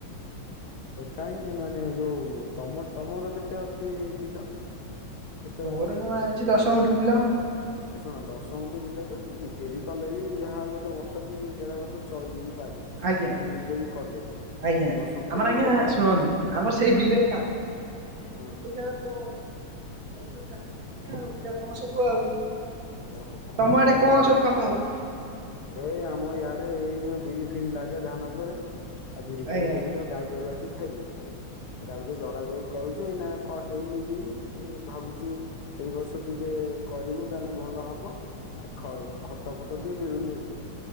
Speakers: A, on the left (about 65°); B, on the right (about 55°).
A: କାହିଁ ମାନେ ଯୋଉ ଇଏ ତମ ତମର କେତେ ଅଛି ବିଲ କେତେ
B: ମୋର
A: ବାଗିଆ
B: ଜମା ଅଉଛି ଦଶ ଗଣ୍ଠି କିଲୋ।
A: ଆ ଶୁଣ ଦଶ ହଣ୍ଡୁ ବିଲେ ତ ତୁ ନିଜେ ବି କଲେ ବି ଯାହାଉ ଗୋଟେ ବର୍ଷ କି ଦେଢ ବର୍ଷ ଚଳିଯିବି ପାରିବ ତମେ
B: ଆଜ୍ଞା
A: ନିଜେ ବି କଲେ ବି
B: ଆଜ୍ଞା।
A: ଦଶ ଗୁଣ୍ଠୁରେ
B: ଆମର
A: ବି
B: ଆଜ୍ଞା
A: ଯେତିକି ଧା
B: ଶୁଣନ୍ତୁ ଆମର ସେଇ
A: ହଁ
B: ବିଲରେ କାମ
A: ହଁ
B: ପଇସା ସବୁ ଚାଲିଛି ଆଉ ବିଲ କାମ ସବୁ ଆଉ।
A: ଓହୋ
B: ତମ
A: ତାହେଲେ
B: ଆଡେ
A: ବିଲ
B: କଣ ସବୁ କାମ?
A: ଏଇ ଆମ ଇଆଡେ ଏଇ ବିରି ଫିରି ଲାଗେ ଧାନ ପରେ। ଆଉ ବିରି
B: ଆଜ୍ଞା
A: ଫିରି, ଦେଖୁଛ ଗାଈ ଗୋରୁ ଆସି ଖାଇ ଦଉଛି। ଆଉ ତାକୁ ଟିକେ ଜଗା ଜଗି କରୁଛି। ଏଇନା ହେଇନି ବିରି, ଭାବୁଛୁ ଏଇ ବର୍ଷ ଟିକେ କରିବୁ। କଣ ଭଲ ହବ। ଆ ଖ- ଖତ ଫତ ଟିକେ ମିଳୁନି ଏକ୍ ରେ।